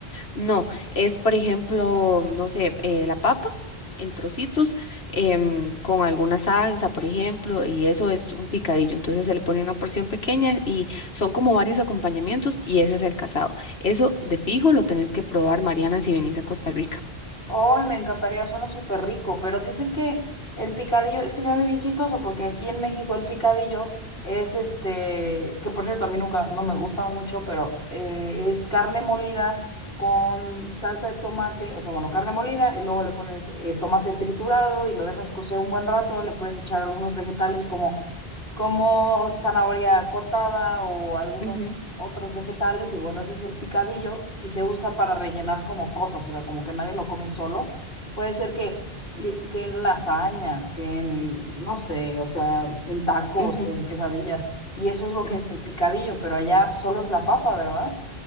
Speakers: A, on the left; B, on the left.
A: No, es por ejemplo, no sé, eh, la papa en trocitos em, con alguna salsa, por ejemplo, y eso es un picadillo. Entonces se le pone una porción pequeña y son como varios acompañamientos y ese es el casado. Eso de fijo lo tenés que probar, Mariana, si venís a Costa Rica.
B: Ay, me encantaría, suena súper rico, pero dices que el picadillo, es que se me hace bien chistoso porque aquí en México el picadillo es este, que por cierto a mí nunca, no me gusta mucho, pero eh, es carne molida con salsa de tomate, o sea, bueno, carne molida y luego le pones eh, tomate triturado y lo dejas cocer un buen rato, le puedes echar algunos vegetales como como zanahoria cortada o algunos
A: Ujú,
B: otros vegetales y bueno, ese es el picadillo y se usa para rellenar como cosas, o sea, como que nadie lo come solo. Puede ser que, li- que en lasañas, que en, no sé, o sea, en tacos,
A: ujú,
B: en quesadillas. Y eso es lo que
A: ujú.
B: es el picadillo, pero allá solo es la papa, ¿verdad?